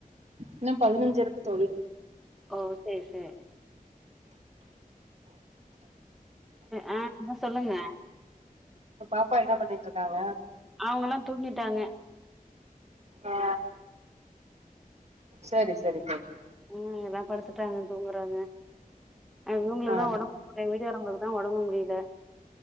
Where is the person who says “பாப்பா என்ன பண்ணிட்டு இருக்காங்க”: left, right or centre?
Right